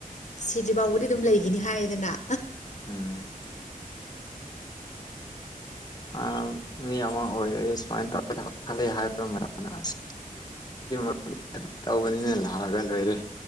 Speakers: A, on the left; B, on the left.
A: ꯁꯤꯗ꯭ꯔꯤ ꯕꯥꯎꯕꯗꯤ ꯑꯗꯨꯝ ꯂꯩꯒꯤꯅꯤ ꯍꯥꯏꯔꯦꯗꯅ
B: ꯎꯝ ꯑ ꯃꯤ ꯑꯃ ꯑꯣꯏꯦ ꯁꯨꯃꯥꯏ ꯇꯧꯔ ꯊꯕꯛ ꯈꯜꯂꯛꯑꯦ ꯍꯥꯎꯕ ꯃꯇꯝꯗ ꯑꯁ <unintelligible> ꯇꯧꯕꯅꯤꯅ ꯂꯥꯛꯑꯒ ꯂꯣꯏꯔꯦ